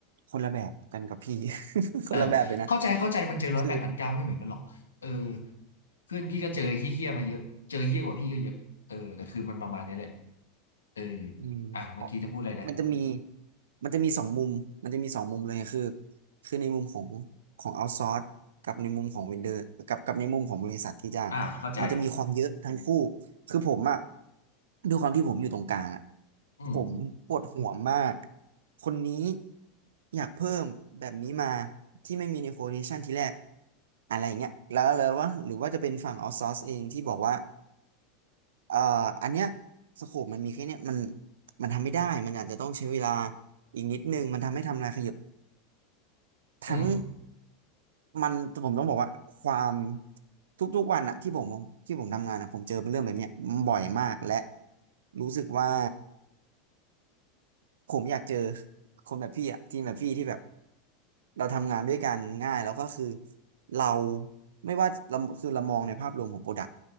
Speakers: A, on the right; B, on the left.
A: คนละแบบกันกับพี่ <laughs>
B: เออ
A: คนละแบบเลยนะ
B: เข้าใจเข้าใจมันเจอร้อยแปดพันเก้าไม่เหมือนกันหรอกเออ
A: คือ
B: เพื่อนพี่ก็เจอเฮี้ยๆมาเยอะเจอเฮี้ยกว่าพี่ก็เยอะเออแต่คือมันประมาณเนี้ยแหละเออ
A: อืมเพราะ
B: อ่ะเมื่อกี้จะพูดอะไรนะ
A: มันจะมีมันจะมีสองมุมมันจะมีสองมุมเลยคือคือในมุมของของเอาท์ซอร์สกับในมุมของเวนเดอร์กับกับในมุมของบริษัทที่จ้างมันจะมีความเยอะทั้งคู่
B: อ่ะเข้าใจ
A: คือผมอะด้วยความที่ผมอยู่ตรงกลางอะ
B: อืม
A: ผมปวดหัวมากคนนี้อยากเพิ่มแบบนี้มาที่ไม่มีในโคเ a ชันทีแรกอะไรเงี้ยแล้วเลยว่าหรือว่าจะเป็นฝั่งเอาท์ซอร์สเองที่บอกว่าเอ่ออันเนี้ยสโคปมันมีแค่เนี้ยมัน มันทำไม่ได้ มันอาจจะต้องใช้เวลาอีกนิดนึง มันทำให้ทำลายขยับทั้ง
B: อืม
A: มันผมต้องบอกว่าความทุกๆวันอะที่ผมที่ผมทำงานอะผมเจอเป็นเรื่องแบบเนี้ยบ่อยมากและรู้สึกว่า ผมอยากเจอคนแบบพี่อะทีมแบบพี่ที่แบบเราทำงานด้วยกันง่ายแล้วก็คือเราไม่ว่าเราคือเรามองในภาพรวมของโปรดักต์